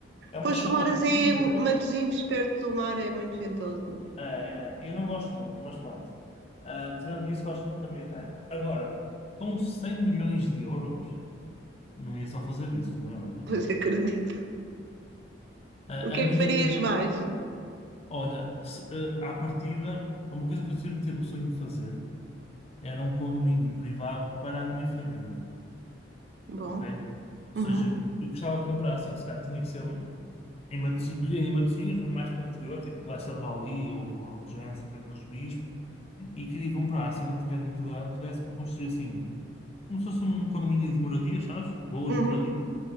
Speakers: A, on the left; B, on the right.
A: é uma
B: Pois
A: chuva
B: tu moras aí
A: fria,
B: em Matosinhos, perto do mar, é muito ventoso mesmo.
A: É, é, eu não gosto muito, mas pronto. Ah, tirando isso, gosto muito da minha terra. Agora, com 100 milhões de euros, não ia só fazer isso, como é óbvio, não
B: Pois acredito.
A: é? A,
B: O que
A: a minha
B: é que farias
A: ideia,
B: mais?
A: olha, se, eh, à partida, uma coisa que eu sempre tive o sonho de fazer era um condomínio privado para a minha família,
B: Bom.
A: ok? Ou
B: Uhum.
A: seja, eu gostava de comprar assim, se calhar tinha que ser em Matosinhos, queria em Matosinhos, mas mais para o interior, tipo Leça de Bali ou Algés, Santa Cruz do Bispo, e queria comprar assim um terreno muito grande que desse para construir assim, como se fosse um condomínio de moradias, sabes? Boas
B: Uhum.
A: moradias